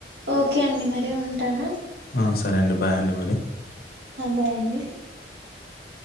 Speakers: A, on the right (about 70°); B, on the left (about 55°).
A: ఓకే అండి మరీ ఉంటాను.
B: ఆ, సరే అండి బాయ్ అండి మరి.
A: బాయ్ అండి
B: <inaudible>